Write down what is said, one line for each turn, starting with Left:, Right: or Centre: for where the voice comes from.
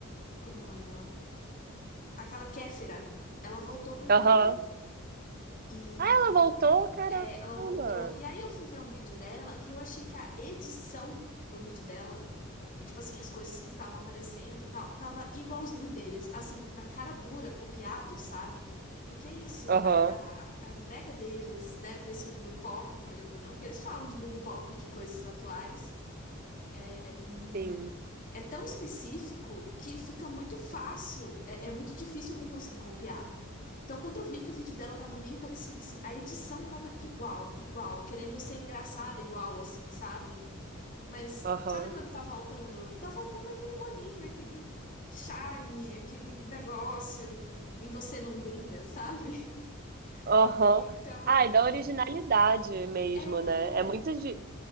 Left: como que é o nome dela? aquela Kéfera, ela voltou pro YouTube.
Right: Aham.
Left: E
Right: Ah, ela voltou? Caramba.
Left: é, ela voltou. E aí eu fui ver um vídeo dela e eu achei que a edição do vídeo dela, e, tipo assim, as coisas que estavam aparecendo, e tal, tava igualzinho deles, assim, na cara dura, copiado, sabe? Porque é isso,
Right: Aham.
Left: a, a, a entrega deles, né, pra esse mundo pop, querendo ou não, porque eles falam de mundo pop, de coisas atuais. É, e
Right: Sim.
Left: é tão específico que fica muito fácil, é, é muito difícil alguém conseguir copiar. Então, quando eu vi que o vídeo dela tava meio parecido, assim, a edição tava igual, igual, querendo ser engraçada igual, assim, sabe? Mas
Right: Aham.
Left: sabe quando tá faltando? Tá faltando aquele molinho, aquele charme, aquele negócio em você não brilha, sabe? <laughs>
Right: Aham.
Left: Então,
Right: Ai, da originalidade mesmo,
Left: é,
Right: né? É muito, di-